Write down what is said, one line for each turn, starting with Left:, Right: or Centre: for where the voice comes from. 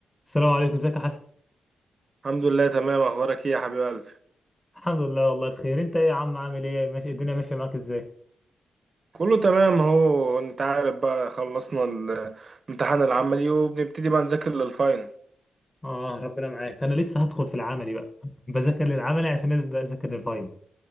Left: السلام عليكم ازيك يا حسن
Right: الحمد لله تمام اخبارك ايه يا حبيب قلبي
Left: الحمد لله والله بخير انت ايه يا عم عامل ايه ماشي الدنيا ماشيه معاك ازاي
Right: كله تمام اهو انت عارف بقى خلصنا الامتحان العملي وبنبتدي بقى نذاكر للفاينل
Left: اه ربنا معاك انا لسه هدخل في العملي بقى <laughs> بذاكر للعملي عشان ابدا اذاكر للفاينل